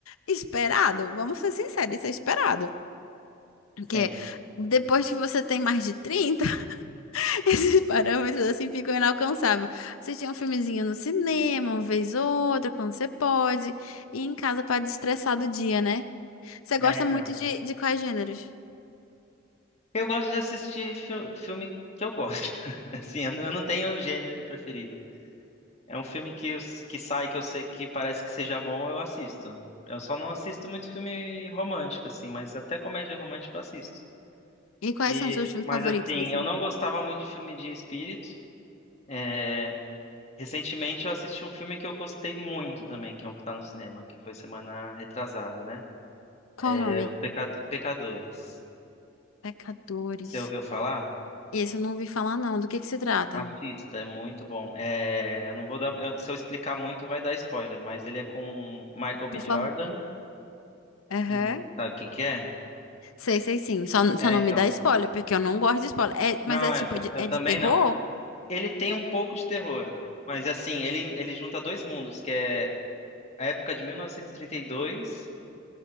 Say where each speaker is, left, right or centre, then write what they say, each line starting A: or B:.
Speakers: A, on the left; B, on the left.
A: Esperado, vamos ser sinceros, isso é esperado. Porque
B: sim.
A: depois que você tem mais de 30, <laughs> esses parâmetros assim ficam inalcançáveis. Você tinha um filmezinho no cinema, uma vez ou outra, quando você pode, e em casa para destressar do dia, né? Você
B: É,
A: gosta
B: então.
A: muito de, de quais gêneros?
B: Eu gosto de assistir fi- filme que eu gosto. <laughs> Assim, eu não, eu não tenho um gênero preferido. É um filme que, eu s- que sai, que eu sei que parece que seja bom, eu assisto. Eu só não assisto muito filme romântico, assim, mas até comédia romântica eu assisto.
A: E quais
B: E,
A: são os seus filmes
B: mas
A: favoritos,
B: assim,
A: assim?
B: eu não gostava muito de filme de espírito. É, Recentemente eu assisti um filme que eu gostei muito também, que é um que tá no cinema, que foi semana retrasada, né? É
A: Qual o nome?
B: Os Pecado- Pecadores.
A: Pecadores.
B: Você ouviu falar?
A: Esse eu não ouvi falar, não. Do que que se trata?
B: Assista, é muito bom. É, eu não vou dar, eu- se eu explicar muito, vai dar spoiler, mas ele é com Michael B.
A: Por
B: Jordan
A: favor. Aham.
B: e sabe quem que é?
A: Sei, sei sim. Só, só
B: É,
A: não
B: então.
A: me dá spoiler, porque eu não gosto de spoiler. É, mas
B: Não,
A: é
B: é,
A: tipo,
B: ta-
A: de,
B: eu
A: é
B: também
A: de terror?
B: não. Ele tem um pouco de terror, mas assim, ele, ele junta dois mundos, que é a época de 1932,